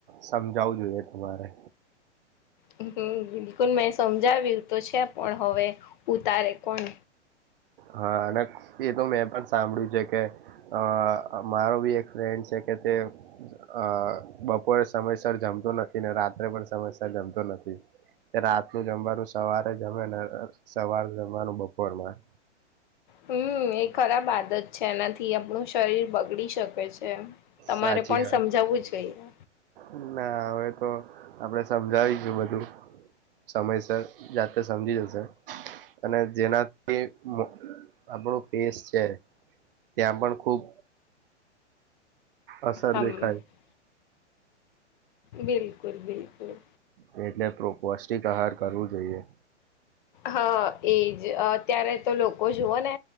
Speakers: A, on the right (about 50°); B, on the left (about 45°).
A: સમજાવવું જોઈએ તમારે.
B: હમ્મ, બિલકુલ મેં સમજાવ્યું તો છે પણ હવે ઉતારે કોણ.
A: હા, અને એ તો મેં પણ સાંભળ્યું છે કે અહ મારો બી એક ફ્રેન્ડ છે કે તે અહ બપોરે સમયસર જમતો નથી ને રાત્રે પણ સમયસર જમતો નથી. કે રાતનું જમવાનું સવારે જમે ને સવાર જમવાનું બપોરમાં.
B: હમ્મ, એ ખરાબ આદત છે એનાથી આપણું શરીર બગડી શકે છે. તમારે
A: સાચી
B: પણ
A: વાત
B: સમજાવું જોઈએ.
A: ના હવે તો આપડે સમજાવીશું બધું સમયસર જાતે સમજી જશે. અને જેનાથી મો આપડું ફેસ છે ત્યાં પણ ખુબ અસર
B: હમ
A: દેખાય.
B: બિલકુલ, બિલકુલ.
A: ને એટલે પૌષ્ટિક આહાર કરવું જોઈએ.
B: હા, એજ અત્યારે તો લોકો જુઓ ને